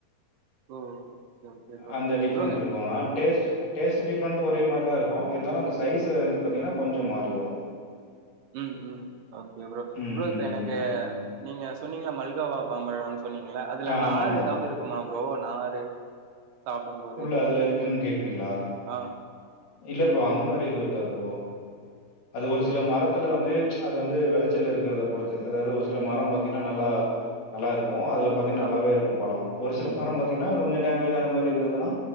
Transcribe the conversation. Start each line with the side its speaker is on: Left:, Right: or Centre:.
Right: ப்ரோ ஓகே ஓகே
Left: அந்த டிஃப்ரெண்ட்
Right: ப்ரோ
Left: இருக்கு ஆனா டேஸ்ட்டு டேஸ்ட்டு டிஃப்ரண்ட் ஒரே மாரி தா இருக்கு இருந்தாலு அந்த சைஸ் வந்து பாத்தீங்கனா கொஞ்சோ மாறி வரு
Right: உம் உம் ஓகே ப்ரோ
Left: ம்.
Right: ப்ரோ இப்ப எனக்கு
Left: அந்த மாரி.
Right: நீங்க சொன்னீங்களா மல்கோவா பாம்பழம் சொன்னீங்களா அதுல
Left: ஆமாமா.
Right: நார் ஏதாவது இருக்குமா ப்ரோ நாரு சாப்பிடும்போது
Left: உள்ள அதுல இருக்குன்னு கேக்குறீங்ளா
Right: ஆ
Left: இல்ல ப்ரோ அந்த மாதிரி எதுவு இருக்காது ப்ரோ அது ஒரு சில மரத்ல வந்து அது வந்து வெளச்சல் இருக்கிறத பொறுத்து அதாவது ஒரு சில மரம் பத்தீங்கன்னா நல்லா நல்லா இருக்கு ஆ அதுல பாத்திங்கனா நல்லாவே
Right: ஆ
Left: இருக்கு பழோ ஒரு சில மரம் பாத்தீங்கனா கொஞ்சோ டேமேஜ் ஆன மாதிரி இருந்ததுன்னா